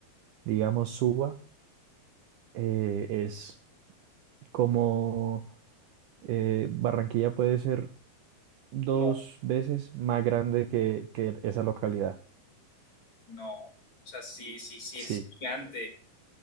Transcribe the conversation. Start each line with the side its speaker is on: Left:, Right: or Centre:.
Right: digamos, Suba, eh, es como eh, Barranquilla puede ser dos
Left: No,
Right: veces más grande que, que esa localidad.
Left: no. O sea, sí, sí, sí,
Right: Sí.
Left: es gigante.